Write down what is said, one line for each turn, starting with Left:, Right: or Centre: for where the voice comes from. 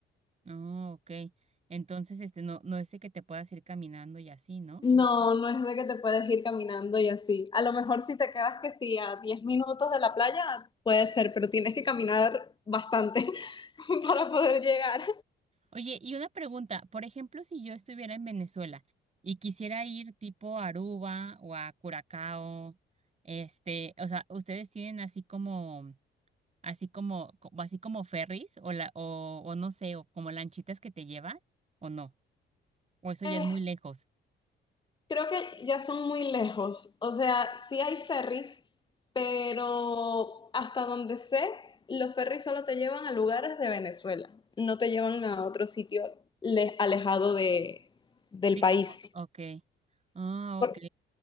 Right: Oh, ok. Entonces, este, no, no es de que te puedas ir caminando y así, ¿no?
Left: No, no es de que te puedes ir caminando y así. A lo mejor si te quedas que sí a 10 minutos de la playa, puede ser, pero tienes que caminar bastante <laughs> para poder llegar.
Right: Oye, y una pregunta, por ejemplo, si yo estuviera en Venezuela y quisiera ir tipo a Aruba o a Curacao, este, o sea, ¿ustedes tienen así como, así como, como- así como ferries o la, o, o no sé, o como lanchitas que te llevan o no? O eso
Left: Ok.
Right: ya es muy lejos.
Left: Creo que ya son muy lejos. O sea, sí hay ferries, pero hasta donde sé, los ferries solo te llevan a lugares de Venezuela, no te llevan a otro sitio le- alejado de, del
Right: Sí,
Left: país.
Right: como, ok. Ah,
Left: Por,
Right: ok.